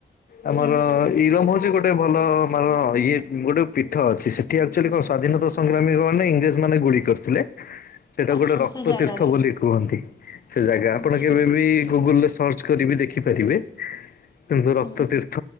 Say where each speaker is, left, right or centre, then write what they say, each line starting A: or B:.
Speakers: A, on the left; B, on the left.
A: ଆମର
B: ହୁଁ
A: ଇରମ୍ ହଉଚି ଗ ଟେ ଭଲ ମାନର ଇଏ ଗୋଟେ ପୀଠ ଅଛି ସେଠି ଆକ୍ଚୁଆଲି କଁ ସ୍ଵାଧୀନତା ସଂଗ୍ରାମୀମାନେ ଇଂରେଜମାନେ ଗୁଳି କରିଥିଲେ। ସେଇଟା
B: ଆଚ୍ଛା
A: ଗୋଟେ ରକ୍ତ
B: ସେ ଜାଗାରେ
A: ତୀର୍ଥ ବୋଲି କୁହନ୍ତି ସେ ଜାଗା ଆପଣ
B: ଆଚ୍ଛା
A: କେବେ ବି ଗୁଗୁଲ୍ ରେ ସ ସର୍ଚ୍ଚ କରି ବି ଦେଖିପାରିବେ କିନ୍ତୁ ରକ୍ତ
B: ହୁଁ।
A: ତୀର୍ଥ